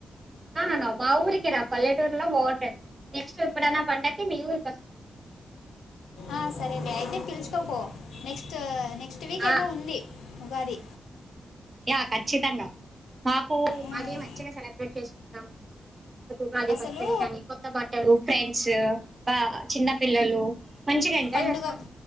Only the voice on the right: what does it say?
ఆహా మా ఊరికి రా పల్లెటూరులో బాగుంటుంది నెక్స్ట్ ఎప్పుడైనా పండకి మీ ఊరికి వస్తాం
ఆ
ఎహ్ ఖచ్చితంగా మాకు
మాది మంచిగా సెలబ్రేట్ చేసుకుంటాం ఉగాది
పచ్చడి కానీ కొత్త బట్టలు ఫ్రెండ్స్ ఆ చిన్న పిల్లలు మంచిగా ఎంజాయ్
చేస్తాం